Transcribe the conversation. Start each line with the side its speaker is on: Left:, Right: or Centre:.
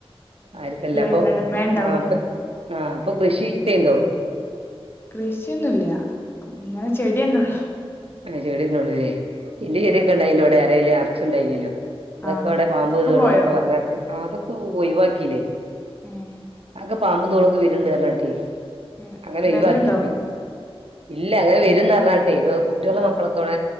Right: ആക്കല്ല അപ്പൊ
Left: പറഞ്ഞാണ്ട് മേണ്ടാവും
Right: ആ അപ്പൊ ആ അപ്പൊ കൃഷിത്തേ ഇണ്ടോ
Left: കൃഷിയൊന്നുംല്ല ഇങ്ങനെ ചെടിയന്നെള്ളു
Right: ഏ ചെടിയന്നെള്ളൂലെ എന്റെ ചെടിയൊക്കെണ്ടായില്ലോ അവിടെ അരല അറച്ച ഉണ്ടായിഞ്ഞല്ലോ തൊക്കെ
Left: ആഹ്
Right: അവിടെ പാമ്പ്
Left: ഇപ്പ
Right: തോളൊക്കെ
Left: പോയോ
Right: പറഞ്ഞെട്ട് ആ അതൊക്കെ ഒഴിവാക്കില്ലേ
Left: ഏഹ്
Right: അക്കെ പാമ്പും തോളൊക്കെ വിരണ്ട് ർഞാട്ട്
Left: ഏഹ്
Right: അങ്ങനെ ഒയിവാകി
Left: വെരലുണ്ടോ
Right: ഇല്ല അങ്ങനെ വരുംന്നർഞ്ഞാട്ടെ ഇപ്പ കുട്ടികള
Left: ആഹ്
Right: മക്കളൊക്കെ ഇവിടെ